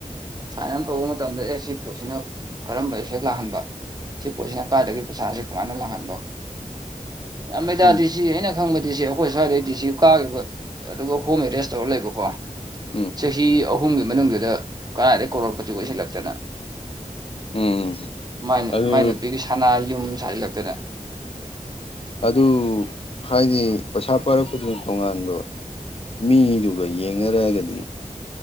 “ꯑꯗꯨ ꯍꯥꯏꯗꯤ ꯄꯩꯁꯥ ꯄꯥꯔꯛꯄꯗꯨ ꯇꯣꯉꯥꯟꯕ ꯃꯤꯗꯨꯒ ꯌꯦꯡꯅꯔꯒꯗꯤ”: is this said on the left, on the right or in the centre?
Left